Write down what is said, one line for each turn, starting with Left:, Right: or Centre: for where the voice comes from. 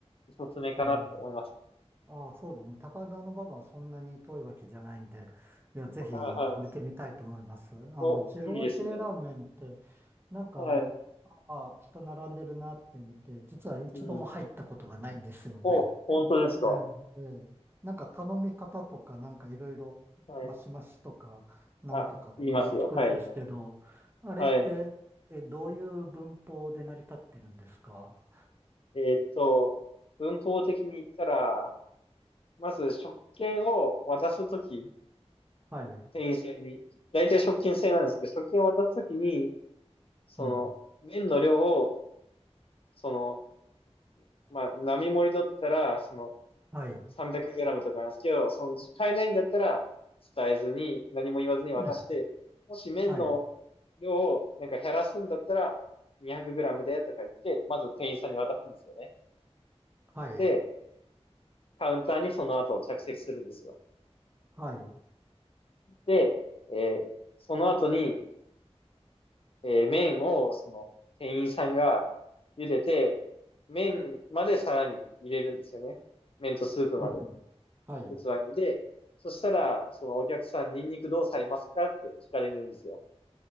Left: おすすめかなって思いますね。
Right: うん。ああ、そうですね。高田馬場はそんなに遠いわけじゃないんで、いや、ぜひ見てみたいと思います。
Left: はいはい。
Right: あの、
Left: お、
Right: 二郎系ラーメンって、
Left: いいですね。
Right: なんか、
Left: はい。
Right: ああ、人並んでるなって見て、実は一度も入ったことがないんですよね。
Left: うん。お、本当ですか。
Right: <laughs> ええ、ええ。なんか頼み方とか、なんかいろいろ、
Left: はい。
Right: マシマシとか、なんとかとか聞くんですけど、
Left: あ、言いますよ。はい。
Right: あれって、
Left: はい。
Right: え、どういう文法で成り立ってるんですか
Left: えーっと、文法的に言ったら、まず食券を渡すとき、
Right: はい。
Left: 店員さんに、大体食券制なんですけど、食券を渡すときに、その、
Right: うん。
Left: 麺の量を、その、まあ、並盛りだったら、その、
Right: はい。
Left: 300g とかなんですけど、その、買えないんだったら、伝えずに、何も言わずに渡して、
Right: ええ、
Left: もし麺の
Right: はい。
Left: 量を、なんか減らすんだったら、200g で、とか言って、まず店員さんに渡すんですよね。
Right: はい。
Left: で、カウンターにその後着席するんですよ。
Right: はい。
Left: で、えーその後に、えー麺を、その、店員さんが茹でて、麺まで皿に入れるんですよね。麺とスープまで、
Right: うん、はい。
Left: 器に。で、そしたら、そのお客さん、ニンニクどうされますかって聞かれるんですよ。